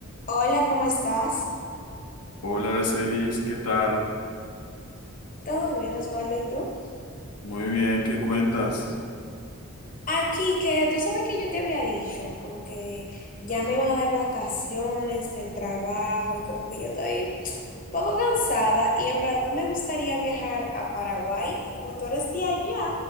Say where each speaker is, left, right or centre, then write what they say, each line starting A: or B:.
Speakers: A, on the left; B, on the left.
A: Hola, ¿cómo estás?
B: Hola, Aracelis, ¿qué tal?
A: ¿Todo bien, Osvaldo? ¿Y tú?
B: Muy bien, ¿qué cuentas?
A: Aquí, que tú sabes que yo te había dicho, como que ya me iban a dar vacaciones del trabajo y como que yo estoy un poco cansada y en verdad me gustaría viajar a Paraguay y como tú eres de allá,